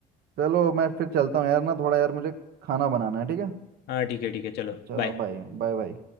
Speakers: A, on the right (about 70°); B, on the left (about 70°).
A: चलो मैं फिर चलता हूँ यार ना थोड़ा यार मुझे खाना बनाना है ठीक है
B: हाँ ठीक है ठीक है चलो
A: चलो
B: बाय
A: भाई बाय बाय